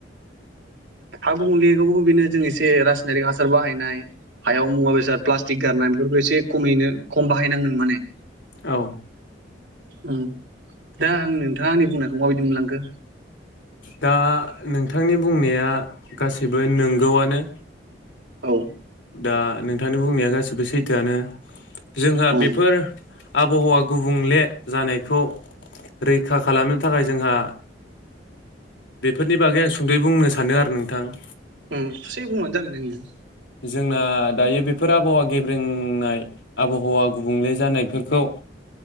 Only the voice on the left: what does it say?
औ
दा नोंथांनि बुंनाया गासैबो नोंगौआनो।
दा नोंथांनि बुंनाया गासिबो सैथोआनो। जोंहा
बेफोर आबहावा गुबुंले जानायखौ रैखा खालामनो थाखाय जोंहा बेफोरनि बागै आं सुद'यै बुंनो सानो आरो नोंथां
जोंना दायो बेफोर आबहावा गेब्रेंनाय आबहावा गुबुंले जानायफोरखौ